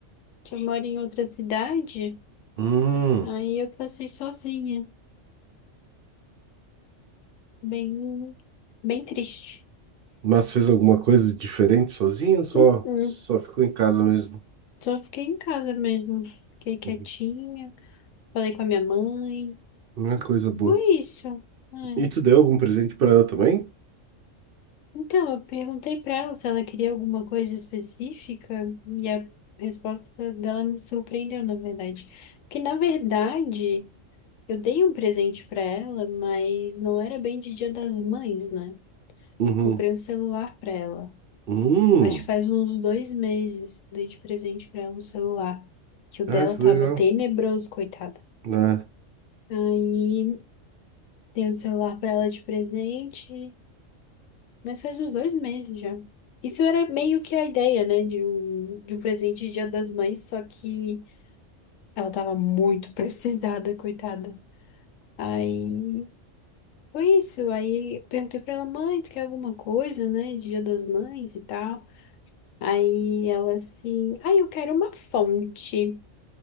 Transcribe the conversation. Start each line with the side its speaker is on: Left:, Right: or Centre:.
Left: que Eu moro em outra cidade,
Right: Hum,
Left: aí eu passei sozinha. Bem, bem triste.
Right: mas fez alguma coisa diferente sozinho? ou Só,
Left: Uh-uh.
Right: só ficou em casa mesmo.
Left: Só fiquei em casa mesmo. Fiquei quietinha.
Right: Uhum.
Left: Falei com a minha mãe.
Right: Uma coisa boa.
Left: Foi isso. É.
Right: E tu deu algum presente pra ela também?
Left: Então, eu perguntei pra ela se ela queria alguma coisa específica e a resposta dela me surpreendeu, na verdade. Porque, na verdade. Eu dei um presente pra ela, mas não era bem de Dia das Mães, né?
Right: Uhum.
Left: Comprei um celular pra ela.
Right: Hum,
Left: Acho que faz uns dois meses dei de presente pra ela um celular, que o dela
Right: ah, que
Left: tava
Right: legal.
Left: tenebroso, coitada.
Right: É,
Left: Aí dei um celular pra ela de presente, mas faz uns dois meses já. Isso era meio que a ideia, né, de um, de um presente de Dia das Mães, só que ela tava muito <laughs> precisada, coitada. Aí Foi isso. Aí eu perguntei pra ela, mãe, tu quer alguma coisa, né? Dia das Mães e tal. Aí ela assim, ai, eu quero uma fonte.